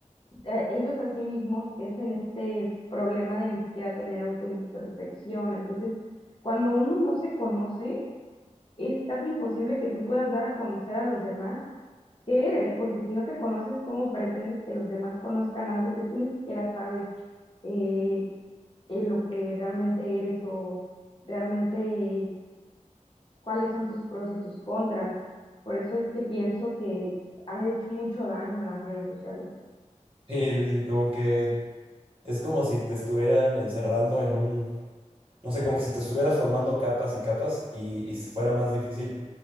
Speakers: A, on the left; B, on the right.
A: eh, ellos a sí mismos es en este problema de ni siquiera tener autointrospección. Entonces, cuando uno no se conoce, es casi imposible que tú puedas dar a conocer a los demás qué eres, porque si no te conoces, ¿cómo pretendes que los demás conozcan algo que tú ni siquiera sabes eh, en lo que realmente eres o realmente cuáles son tus pros y tus contras? Por eso es que pienso que ha hecho mucho daño las redes sociales.
B: Sí, sí, sí, como que es como si te estuvieran encerrando en un, no sé, como que si te estuvieras formando capas y capas y, y fuera más difícil